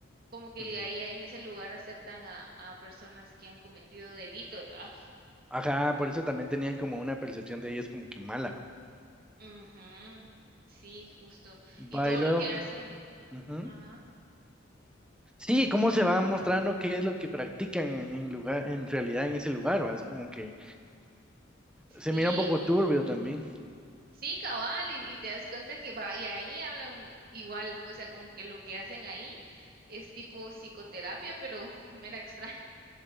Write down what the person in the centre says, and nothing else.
Ujú.
Ajá, por eso también tenían como una percepción de ellos como que mala.
Va
y luego,
ujú.
Sí,
cómo se va mostrando qué es lo que practican en en lugar, en realidad en ese lugar, ¿va? Es como que se
mira un poco turbio también.